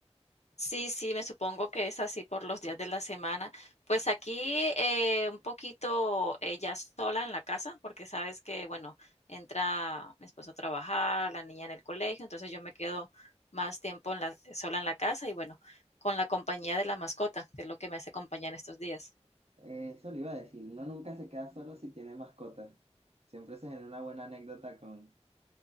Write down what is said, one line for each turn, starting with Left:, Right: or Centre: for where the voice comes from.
Left: Sí, sí, me supongo que es así por los días de la semana. Pues aquí eh, un poquito eh, ya sola en la casa, porque sabes que, bueno, entra mi esposo a trabajar, la niña en el colegio, entonces yo me quedo más tiempo en la, sola en la casa y bueno, con la compañía de la mascota, que es lo que me hace compañía en estos días.
Right: Eh, eso le iba a decir, uno nunca se queda solo si tiene mascota. Siempre se genera una buena anécdota con...